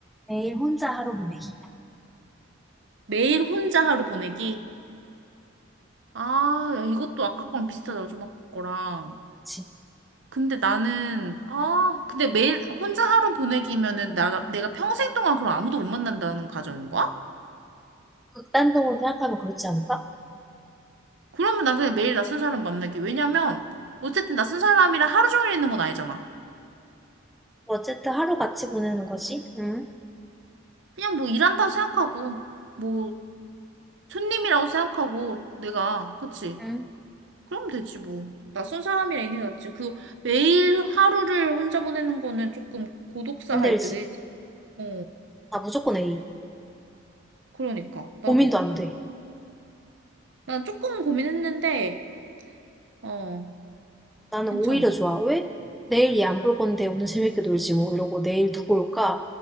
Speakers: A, in the centre; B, on the right.
A: 매일 혼자 하루 보내기.
B: 매일 혼자 하루 보내기 아 야, 이것도 아까 거랑 비슷하다 좀 아까 거랑
A: 그렇지.
B: 근데 나는 아 근데 매일 혼자 하루 보내기면은 나 내가 평생 동안 그럼 아무도 못 만난다는 가정인 거야?
A: 극단적으로 생각하면 그렇지 않을까?
B: 그러면 난 그냥 매일 낯선 사람 만나기. 왜냐면, 어쨌든 낯선 사람이랑 하루 종일 있는 건 아니잖아.
A: 어쨌든 하루 같이 보내는 거지. 응?
B: 그냥 뭐 일한다고 생각하고, 뭐 손님이라고 생각하고, 내가, 그치?
A: 응?
B: 그럼 되지 뭐. 낯선 사람이랑 있는 게 낫지. 그 매일 하루를 혼자 보내는 거는 조금 고독사
A: 힘들지.
B: 할 때도 있지. 어,
A: 나 무조건 A.
B: 그러니까. 나도.
A: 고민도 안 돼.
B: 난 조금 고민했는데, 어,
A: 나는
B: 괜찮아.
A: 오히려 좋아. 왜? 내일 얘 안 볼 건데 오늘 재밌게 놀지 뭐 이러고 내일 누구 올까?